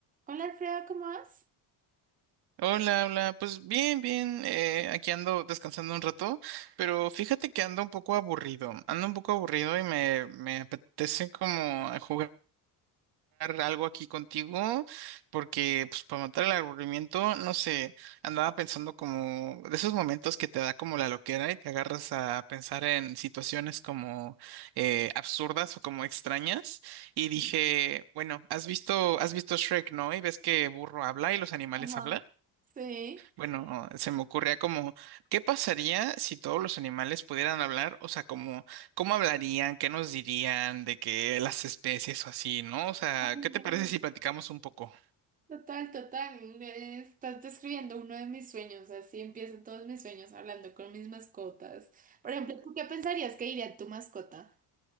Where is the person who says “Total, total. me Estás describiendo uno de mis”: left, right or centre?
Right